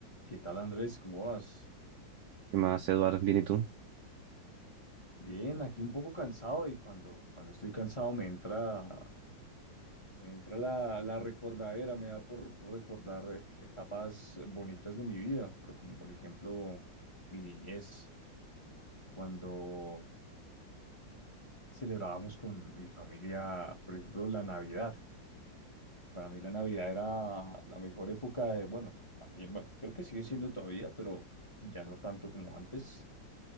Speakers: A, on the left; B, on the right.
A: ¿Qué tal, Andrés? ¿Cómo vas?
B: ¿Qué más, Eduardo? Bien, ¿y tú?
A: Bien, aquí un poco cansado y cuando, cuando estoy cansado me entra, me entra la, la recordadera, me da por recordar eh, etapas bonitas de mi vida, pero como por ejemplo mi niñez, cuando celebrábamos con mi familia, por ejemplo, la Navidad. Para mí la Navidad era la mejor época de, bueno, también, bueno, creo que sigue siendo todavía, pero ya no tanto como antes